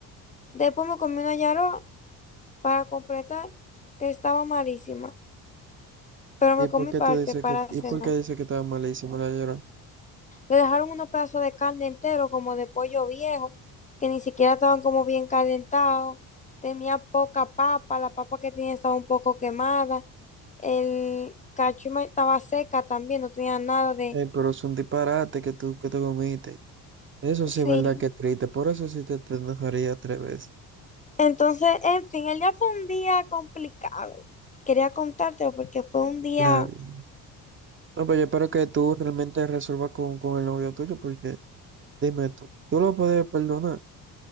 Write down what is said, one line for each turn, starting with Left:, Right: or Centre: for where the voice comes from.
Left: después me comí una yaró para completar, que estaba malísima, pero
Right: ¿Y
Left: me
Right: por
Left: comí
Right: qué
Left: parte
Right: tú dices
Left: para
Right: que, y
Left: cenar.
Right: por qué dices que estaba malísimo la llora?
Left: Le dejaron unos pedazos de carne entero, como de pollo viejo, que ni siquiera estaban como bien calentados, tenía poca papa, la papa que tenía estaba un poco quemada, el cachuma estaba seca también, no tenía nada de...
Right: Eh, pero es un disparate que tú que te comiste. Eso
Left: Sí,
Right: sí es verdad que es triste, por eso sí te, te enojaría tres veces.
Left: Entonces, en fin, el día fue un día complicado. Quería contártelo porque fue un día,
Right: Está bien. No, pero yo espero que tú realmente resuelvas con, con el novio tuyo, porque dime tú, tú lo puedes perdonar.